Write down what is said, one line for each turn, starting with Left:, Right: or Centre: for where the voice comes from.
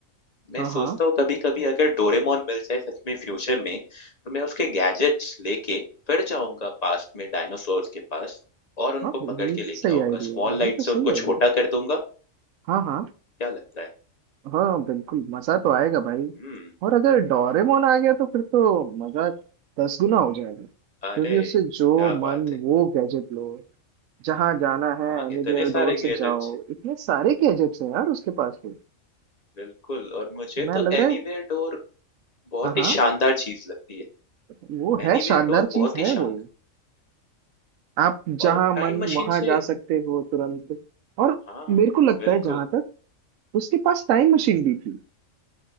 Left: मैं
Right: हाँ
Left: सोचता
Right: हाँ
Left: हूँ कभी-कभी अगर डोरेमोन मिल जाए सच में फ्यूचर में, तो मैं उसके गैजेट्स लेके फिर जाऊँगा पास्ट में डायनासोर्स के पास और उनको
Right: हाँ ये
Left: पकड़ के लेके
Right: तो सही
Left: आऊँगा।
Right: आइडिया
Left: स्मॉल
Right: है
Left: लाइट
Right: ये तो
Left: से
Right: सही
Left: उनको
Right: आइडिया
Left: छोटा
Right: है
Left: कर दूँगा,
Right: हाँ हाँ
Left: क्या लगता है?
Right: हाँ बिल्कुल मजा तो आएगा भाई
Left: हुँ।
Right: और अगर डोरेमोन आ गया तो फिर तो मजा दस गुना हो जाएगा क्योंकि
Left: अरे
Right: उससे जो
Left: क्या बात
Right: मन
Left: है
Right: वो गैजेट लो जहाँ जाना है
Left: हाँ
Right: एनीवेयर
Left: इतने सारे
Right: डोर से
Left: गैजेट्स
Right: जाओ
Left: है
Right: इतने सारे गैजेट्स हैं यार
Left: हम्म,
Right: उसके पास तो
Left: बिल्कुल और मुझे
Right: मैं
Left: तो
Right: लग
Left: एनीवेयर
Right: रहा है
Left: डोर बहुत
Right: हाँ हाँ
Left: ही शानदार चीज लगती है
Right: वो है
Left: एनीवेयर
Right: शानदार
Left: डोर बहुत
Right: चीज है
Left: ही शानदार
Right: वो आप
Left: और
Right: जहां
Left: टाइम
Right: मन
Left: मशीन
Right: वहां
Left: से
Right: जा सकते हो तुरंत और
Left: हाँ
Right: मेरे को लगता
Left: बिल्कुल
Right: है जहां तक उसके पास टाइम मशीन भी थी